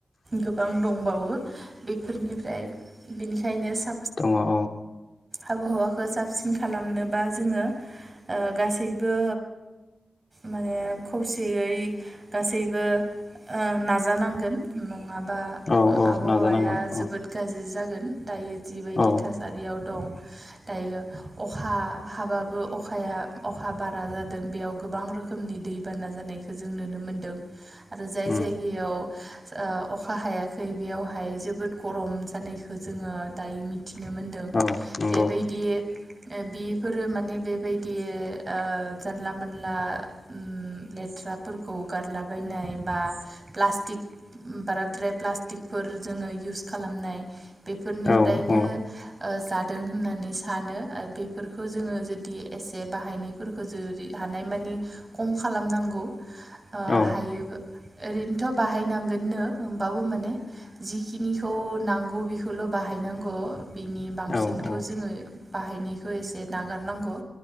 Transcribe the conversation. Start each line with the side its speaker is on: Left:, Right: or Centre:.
Right: गोबां दंबावो बेफोरनिफ्राय बेनिखायनो सा
Left: दङ औ।
Right: आबहावाखौ साबसिन खालामनोबा जोङो ओ गासैबो माने खौसेयै गासैबो ओ नाजानांगोन नङाब बा
Left: औ औ
Right: आबहावाया
Left: नाजानांगोन
Right: जोबोद
Left: औ
Right: गाज्रि जागोन दायो जिबायदि
Left: औ
Right: थासारियाव दं।
Left: <inaudible>
Right: दायो अखा हाबाबो अखाया अखा बारा जादों बेयाव गोबां रोखोमनि दै बाना जानायखो जों नुनो मोनदों आरो जाय
Left: उम
Right: जायगायाव ओ अखा हायाखै बेयावहाय जोबोद गरम जानायखौ जोङो दायो मि थिनो मोनदों
Left: औ नंगौ
Right: बेबायदि। बिफोरो माने बेबायदि ओ जानला मोनला उम लेथ्रा फोरखौ गारला बानाय बा प्लास्टिक बाराद्राय प्लास्टिकफोर जोङो इउस खालामनाय बेफोरनिफ्रायनो
Left: औ औ
Right: ओ जादों होननानै सानो बेफोरखौ जोङो जुदि एसे बाहायनायफोरखौ जुदि हानाय मानि खम खालामनांगौ ओ
Left: औ
Right: हायोब ओरैनोथ' बाहायनांगोननो होमबाबो माने जिखिनिखौ नांगौ बेखौल' बा हायनांगौ बिनि बांसिनखौ
Left: औ औ
Right: जोङो बाहायनायखौ एसे नागारनांगौ।